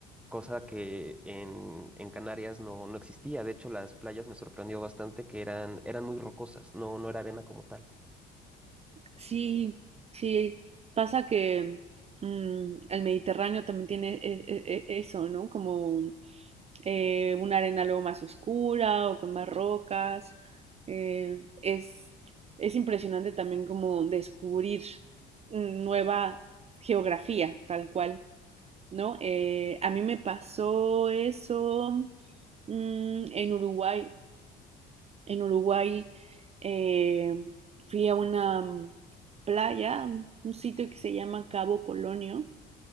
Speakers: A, in the centre; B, on the right.
A: cosa que en, en Canarias no, no existía. De hecho, las playas me sorprendió bastante que eran, eran muy rocosas, no, no era arena como tal.
B: Sí, sí, pasa que mm, el Mediterráneo también tiene e- e- e- eso, ¿no? Como eh, una arena luego más oscura o con más rocas. Eh, es, es impresionante también como descubrir nueva geografía, tal cual, ¿no? Eh, a mí me pasó eso mmm, en Uruguay. En Uruguay eh, fui a una playa, un sitio que se llama Cabo Polonio,